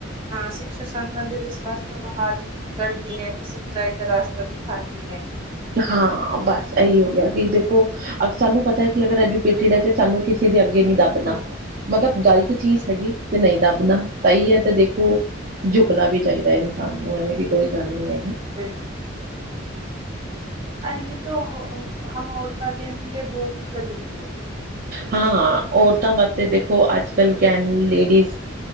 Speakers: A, on the right (about 25°); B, on the right (about 45°).
A: ਹਾਂ ਸਿਕਸ਼ਾ ਸਾਨ ਵਿਸ਼ਵਾਸ ਤੋਂ ਬਾਹਰ <unintelligible> ਕਰਦੀ ਐ ਤੇ ਸੱਚਾਈ ਦਾ ਰਾਸਤਾ ਦਿਖਾਂਦੀ ਐ।
B: ਹਾਂ ਬਸ ਇਹੀ ਹੋ ਗਿਆ ਕਿ ਦੇਖੋ ਸਾਨੂੰ ਪਤਾ ਕਿ ਅਗਰ ਐਜੂ ਕੈਟਿਡ ਆ ਤੇ ਸਾਨੂੰ ਕਿਸੇ ਦੇ ਅੱਗੇ ਨੀ ਦੱਬਣਾ।
A: ਹਾਂਜੀ
B: ਮਤਲਬ ਗ਼ਲਤ ਚੀਜ਼ ਹੈਗੀ ਤੇ ਨਹੀਂ ਦਾਬਣਾ ਸਹੀ ਐ ਤੇ ਦੇਖੋ
A: ਬਿਲਕੁਲ
B: ਜੁਕਣਾ ਵੀ ਚਾਹੀਦਾ ਇਨਸਾਨ ਨੂੰ, ਐਵੇਂ ਦੀ ਕੋਈ ਗੱਲ ਨਹੀਂ ਹੈਗੀ।
A: <unintelligible> ਇਹੀ ਤੋਂ ਹਮ ਹਮ ਔਰਤਾ ਦੇ ਲ ਬਹੁਤ ਹੀ ਜ਼ਰੂਰੀ ਏ।
B: ਹਾਂ ਔਰਤਾਂ ਵਾਸਤੇ ਦੇਖੋ ਅੱਜ-ਕੱਲ੍ਹ ਗਨ ਲੇਡੀਜ਼